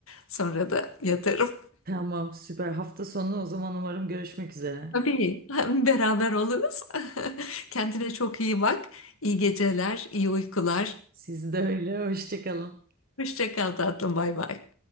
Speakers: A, on the left (about 70°); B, on the right (about 45°).
A: Sonra da yatarım.
B: Tamam, süper. Hafta sonu o zaman umarım görüşmek üzere.
A: Tabii <laughs> beraber oluruz. <laughs> Kendine çok iyi bak. İyi geceler, iyi uykular.
B: Siz de öyle. Hoşça kalın.
A: Hoşça kal tatlım, bay bay.